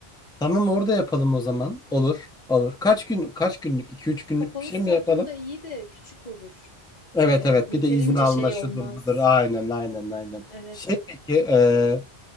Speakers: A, in the centre; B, on the left.
A: Tamam orada yapalım o zaman. Olur, olur. Kaç gün, kaç günlük? 2 üç günlük
B: Kapalı
A: bir şey
B: stadyum
A: mi yapalım?
B: da iyi de küçük olur.
A: Evet
B: Ee,
A: evet
B: yeterince
A: bir de izin alma
B: şey
A: şudur
B: olmaz.
A: budur. Aynen aynen aynen.
B: Evet.
A: Şey peki e,